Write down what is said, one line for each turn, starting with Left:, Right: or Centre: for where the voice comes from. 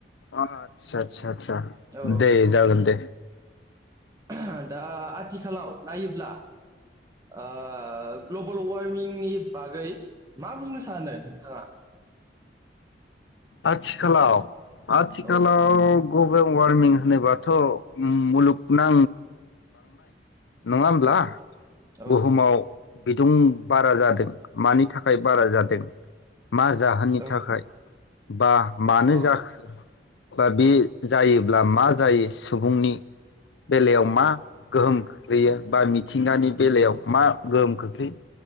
Left: अ आतसा आतसा आसा
Right: औ
Left: दे जागोन दे
Right: <unintelligible> दा आथिखालाव नायोब्ला ओ ग्लबेल वारमिंनि बागै मा बुंनो सानो नोंथाङा
Left: आथिखालाव आथिखालाव
Right: औ
Left: ग्लबेल वारमिं नङा होमब्ला
Right: औ औ
Left: बुहुमाव बिदुं बारा जादों मानि थाखाय बारा जादों मा जाहोननि
Right: औ
Left: थाखाय बा मानो
Right: औ
Left: जाखो बा बे
Right: औ
Left: जायो ब्ला मा जायो सुबुंनि बेलायावमा
Right: औ
Left: गोहोम खोख्लैयो बा मिथिंगानि बेलायाव मा गोहोम खोख्लैयो